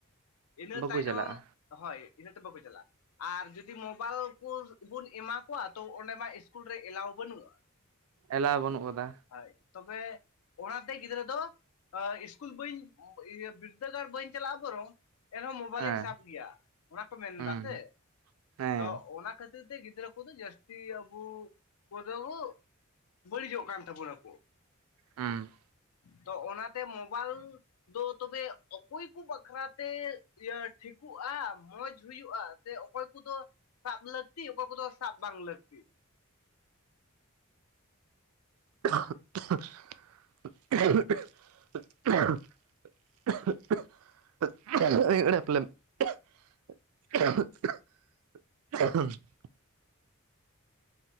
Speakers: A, on the left (about 85°); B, on the right (about 70°).
A: ᱤᱱᱟᱹ
B: ᱵᱟᱠᱚ
A: ᱛᱟᱭᱱᱚᱢ
B: ᱪᱟᱞᱟᱜᱼᱟ
A: ᱦᱳᱭ ᱤᱱᱟᱹ ᱛᱮ ᱵᱟᱠᱩ ᱪᱟᱞᱟᱜᱼᱟ ᱟᱨ ᱡᱩᱫᱤ ᱢᱳᱵᱟᱭᱤᱞ ᱠᱩ ᱥᱮ ᱵᱩᱱ ᱮᱢᱟ ᱠᱚᱣᱟ ᱛᱚ, ᱚᱸᱰᱮ ᱢᱟ ᱤᱥᱠᱩᱞ ᱨᱮ ᱮᱞᱟᱣ ᱵᱟᱹᱱᱩᱜᱼᱟ᱾
B: ᱮᱞᱟᱣ ᱵᱟᱹᱱᱩᱜ ᱟᱠᱟᱫᱟ᱾
A: ᱦᱳᱭ ᱛᱚᱵᱮ ᱚᱱᱟ ᱛᱮ ᱜᱤᱫᱽᱨᱟᱹ ᱫᱚ ᱟᱹ ᱤᱥᱠᱩᱞ ᱵᱟᱹᱧ ᱤᱭᱟᱹ ᱵᱤᱨᱫᱟᱹᱜᱟᱲ ᱵᱟᱹᱧ ᱪᱟᱞᱟᱜᱼᱟ, ᱵᱚᱨᱚᱝ ᱮᱱᱨᱮᱦᱚᱸ ᱢᱳᱵᱟᱭᱤᱞ
B: ᱦᱮᱸ
A: ᱤᱧ ᱥᱟᱵ ᱜᱮᱭᱟ᱾ ᱚᱱᱟ ᱠᱚ ᱢᱮᱱᱫᱟ
B: ᱦᱩᱸ
A: ᱥᱮ
B: ᱦᱮᱸ
A: ᱛᱚ ᱚᱱᱟ ᱠᱷᱟᱹᱛᱤᱨ ᱜᱤᱫᱽᱨᱟᱹ ᱠᱚ ᱫᱚ ᱡᱟᱹᱥᱛᱤ ᱟᱵᱩ ᱠᱚ ᱫᱚᱵᱩ ᱵᱟᱹᱲᱤᱡᱚᱜ ᱠᱟᱱ ᱛᱟᱵᱩᱱᱟᱠᱩ᱾
B: ᱦᱩᱸ᱾
A: ᱛᱚ ᱚᱱᱟᱛᱮ ᱢᱳᱵᱟᱭᱤᱞ ᱫᱚ ᱛᱚᱵᱚ ᱚᱠᱚᱭ ᱠᱩ ᱵᱟᱠᱷᱨᱟ ᱤᱭᱟᱹ ᱭᱟ ᱴᱷᱤᱠᱩᱜᱼᱟ᱾ ᱢᱚᱸᱡᱽ ᱦᱩᱭᱩᱜᱼᱟ ᱥᱮ ᱚᱠᱚᱭ ᱠᱩᱫᱚ ᱥᱟᱵ ᱞᱟᱹᱠᱛᱤ ᱚᱠᱚᱭ ᱠᱚᱫᱚ ᱥᱟᱵ ᱵᱟᱝ ᱞᱟᱹᱠᱛᱤ?
B: <inaudible> ᱮᱠᱞᱟ <unintelligible> <inaudible>